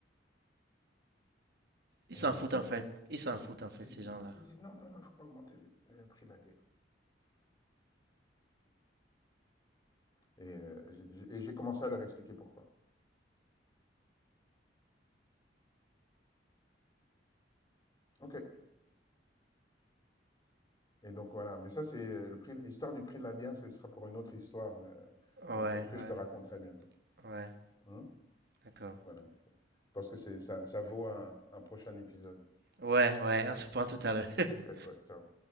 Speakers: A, on the right; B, on the left.
A: Ils
B: Et
A: s'en foutent
B: euh,
A: en fait. Ils s'en foutent en fait,
B: je
A: ces
B: dis,
A: gens-là.
B: ils disent, non, non, non, il ne faut pas augmenter le, le prix de la bière. Et euh, j'ai j'ai- et j'ai commencé à leur expliquer pourquoi. Ok, Et donc voilà, mais ça c'est euh, le prix, l'histoire du prix de la bière, ce sera pour une autre histoire euh,
A: Ouais,
B: qu'on se- que
A: ouais.
B: je te raconterai bientôt.
A: Ouais,
B: Hein
A: d'accord.
B: Voilà, parce que c'est ça, ça vaut un, un prochain épisode.
A: Ouais, ouais, un sous-point total. <laughs>
B: Ok, ouais, ciao.